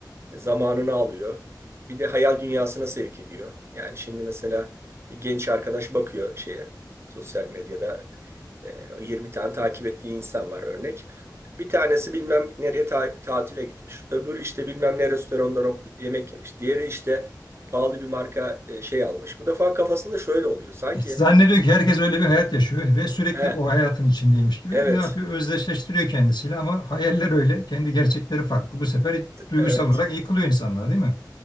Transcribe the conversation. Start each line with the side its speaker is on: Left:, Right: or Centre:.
Right: Zamanını alıyor. Bir de hayal dünyasına sevk ediyor. Yani şimdi mesela bir genç arkadaş bakıyor şeye sosyal medyada e, 20 tane takip ettiği insan var örnek. Bir tanesi bilmem nereye ta- tatile gitmiş. Öbürü işte bilmem ne restoranda ro- yemek yemiş. Diğeri işte pahalı bir marka e, şey almış. Bu defa kafasında şöyle oluyor. Sanki
Left: E, Zannediyor ki herkes öyle bir hayat yaşıyor ve sürekli
Right: he,
Left: o hayatın içindeymiş gibi
Right: evet,
Left: ne yapıyor? Özdeşleştiriyor kendisiyle ama hayaller öyle, kendi gerçekleri farklı. Bu sefer duygusal
Right: evet.
Left: olarak yıkılıyor insanlar, değil mi?